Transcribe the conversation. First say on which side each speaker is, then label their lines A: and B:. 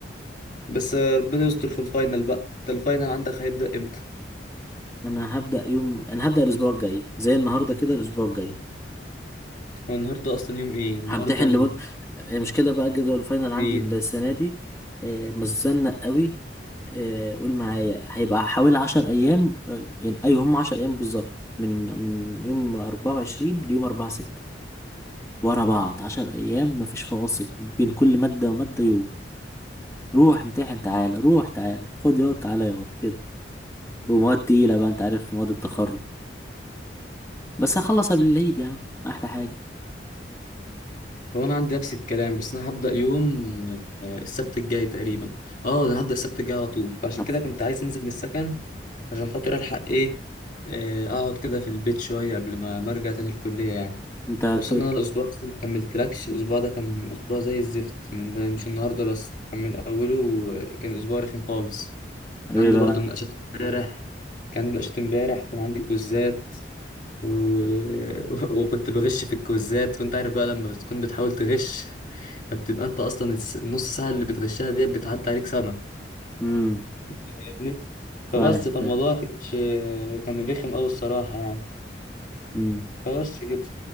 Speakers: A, on the left (about 45°); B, on the left (about 15°).
A: بس آه، ربنا يستر في الفاينل بقى انت الفاينل عندك هيبدأ امتى
B: انا هبدأ يوم انا هبدأ الاسبوع الجاي زي النهارده كده الاسبوع الجاي
A: هو النهارده اصلا يوم ايه النهارده
B: همتحن لم... المشكله بقى جدول الفاينل عندي
A: الاثنين
B: السنه دي آه، متزنق قوي آه، قول معايا هيبقى حوالي عشر أيام آه، يعني أيوة هم عشر أيام بالظبط من من يوم أربعة وعشرين ليوم أربعة ستة ورا بعض عشر أيام مفيش فواصل بين كل مادة ومادة يوم روح امتحن تعالى روح تعالى خد ياض تعالى ياض كده ومواد تقيلة بقى أنت عارف مواد التخرج بس هخلص قبل العيد يا عم أحلى حاجة
A: هو انا عندي نفس الكلام بس انا هبدا يوم آه، السبت الجاي تقريبا اه انا هبدا السبت الجاي على طول فعشان
B: هت-
A: كده كنت عايز انزل من السكن عشان خاطر الحق ايه آه، اقعد كده في البيت شويه قبل ما ما ارجع تاني الكليه يعني
B: أنت هت-
A: وصلنا أنا الاسبوع بس ما كملتلكش الاسبوع ده كان اسبوع زي الزفت من مش النهارده بس كان من اوله آه، كان اسبوع رخم خالص
B: إيه
A: كان عندي
B: بقى؟
A: برضو مناقشات امبارح كان مناقشات امبارح كان عندي كويزات و... <laughs> وكنت بغش في الكويزات وانت عارف بقى لما بتكون بتحاول تغش فبتبقى انت اصلا الس- النص ساعه اللي بتغشها ديت بتعدي عليك سنه
B: امم
A: فاهمني
B: فاهم
A: فبس
B: فاهم
A: فالموضوع كانش كان رخم قوي الصراحه يعني
B: امم
A: فبس كده